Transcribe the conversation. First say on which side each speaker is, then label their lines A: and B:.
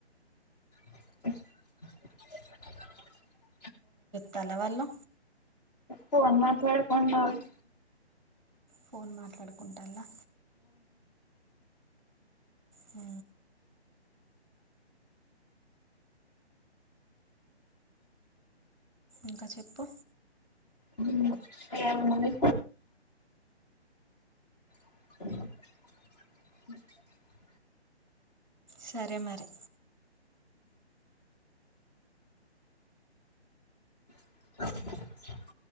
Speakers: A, on the left; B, in the centre.
A: <inaudible>
B: తల వాలో
A: ఫోన్ మాట్లాడుకుంటాళ్లు
B: ఫోన్ మాట్లాడుకుంటాల్లా హ ఇంకా చెప్పు
A: ఉమ్ ఏముందండి అ
B: సరే మరి
A: అ